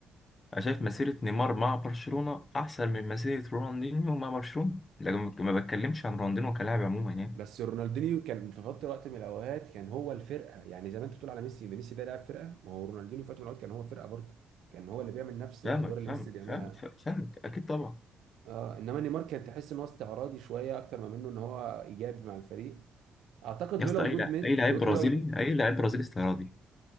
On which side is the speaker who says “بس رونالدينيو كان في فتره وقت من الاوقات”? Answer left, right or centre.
Right